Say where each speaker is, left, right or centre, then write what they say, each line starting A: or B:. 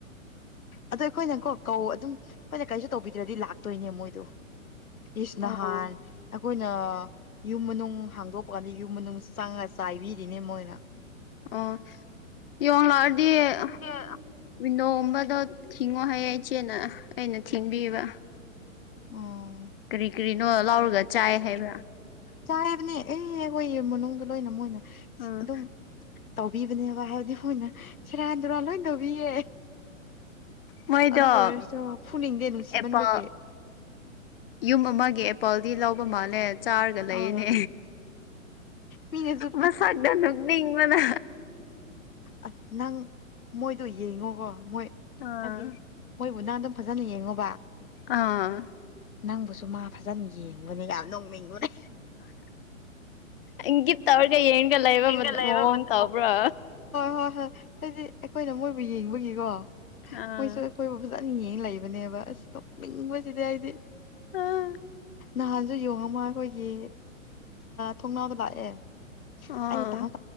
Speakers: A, on the left; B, on the left.
A: ꯑꯗꯣ ꯑꯩꯈꯣꯏꯅꯀꯣ ꯀꯧ ꯑꯗꯨꯝ ꯑꯩꯈꯣꯏꯅ ꯀꯔꯤꯁꯨ ꯇꯧꯕꯤꯗ꯭ꯔꯗꯤ ꯂꯥꯛꯇꯣꯏꯅꯦ ꯃꯣꯏꯗꯣ ꯏꯁꯅꯍꯥꯟ
B: ꯑꯣ
A: ꯑꯩꯈꯣꯏꯅ ꯌꯨꯝ ꯃꯅꯨꯡ ꯍꯥꯡꯗꯣꯛꯄ ꯀꯥꯟꯗ ꯌꯨꯝ ꯃꯅꯨꯡ ꯆꯪꯉꯒ ꯆꯥꯏꯕꯤꯔꯤꯅꯦ ꯃꯣꯏꯅ
B: ꯑꯣ ꯏ ꯋꯥ ꯂꯥꯛꯑꯔꯗꯤꯅꯣ
A: ꯑꯦ
B: ꯄꯨꯝꯕꯗꯣ ꯊꯤꯡꯉꯣ ꯍꯌꯦ ꯏꯆꯦꯅ ꯑꯩꯅ ꯊꯤꯡꯕꯤꯕ
A: ꯎꯝ
B: ꯀꯔꯤ ꯀꯔꯤꯅꯣ ꯂꯥꯎꯔꯒ ꯆꯥꯏ ꯍꯥꯏꯕ꯭ꯔꯥ
A: ꯆꯥꯦꯕꯅꯦ ꯑꯦꯍ ꯍꯣꯏ ꯃꯅꯨꯡꯗ ꯂꯣꯏꯅ ꯃꯣꯏꯅ
B: ꯑꯥ
A: ꯑꯗꯨꯝ ꯇꯧꯕꯤꯕꯅꯦꯕ ꯍꯥꯏꯕꯗꯤ ꯃꯣꯏꯅ ꯁꯦꯔꯥꯟ ꯇꯨꯔꯥꯟ ꯂꯣꯏ ꯇꯧꯕꯤꯌꯦ
B: ꯃꯣꯏꯗ
A: ꯑꯗꯨꯕꯨ ꯑꯣꯏꯔꯁꯨ
B: ꯎ
A: ꯐꯨꯅꯤꯡꯗꯦ ꯅꯨꯡꯁꯤꯃꯟꯕꯒꯤ
B: ꯑꯦꯄꯣ ꯌꯨꯝ ꯑꯃꯒꯤ ꯑꯦꯄꯥꯜꯗꯤ ꯂꯧꯕ ꯃꯥꯜꯂꯦ ꯆꯥꯔꯒ ꯂꯩꯅꯦ
A: ꯑꯥ ꯃꯤꯅꯁꯨ
B: ꯃꯁꯛꯅ ꯅꯨꯅꯤꯡꯕꯅ
A: ꯑ ꯅꯪ ꯃꯣꯏꯗꯣ ꯌꯦꯡꯉꯣꯀꯣ ꯃꯣꯏ
B: ꯑꯥ
A: ꯍꯥꯏꯗꯤ ꯃꯣꯏꯕꯨ ꯅꯥꯟ ꯑꯗꯨꯝ ꯐꯖꯅ ꯌꯦꯡꯉꯨꯕ
B: ꯑꯥ
A: ꯅꯪꯕꯨꯁꯨ ꯃꯥ ꯐꯖꯅ ꯌꯦꯡꯕꯅꯦ ꯌꯥꯝ ꯅꯣꯡ ꯃꯤꯡꯉꯨꯔꯦ
B: ꯍꯤ ꯇꯋꯥ꯭ꯔꯒ ꯌꯦꯟꯒ ꯂꯩꯕ
A: ꯌꯦꯡꯒ
B: ꯃ
A: ꯂꯩꯕ
B: ꯃꯪ
A: ꯃꯇꯝ
B: ꯇꯎꯕ꯭ꯔꯥ
A: ꯍꯣꯏ ꯍꯣꯏ ꯍꯥꯏꯗꯤ ꯑꯩꯈꯣꯏꯅ ꯃꯣꯏꯕꯨ ꯌꯦꯡꯕꯒꯤꯀꯣ
B: ꯑꯥ
A: ꯃꯣꯏꯁꯨ ꯑꯩꯈꯣꯏꯕꯨ ꯐꯖꯅ ꯌꯦꯡꯉ ꯂꯩꯕ ꯅꯦꯕ ꯑꯁ ꯇꯅꯤꯡꯕꯁꯤꯗꯤ ꯍꯥꯏꯗꯤ
B: ꯑꯥ
A: ꯅꯍꯥꯟꯁꯨ ꯌꯦꯡꯉꯝ ꯑꯃ ꯑꯩꯈꯣꯏꯒꯤ ꯊꯣꯡꯅꯥꯕ ꯂꯥꯛꯑꯦ
B: ꯑꯣ
A: ꯑꯩꯅ ꯇꯍꯥꯟ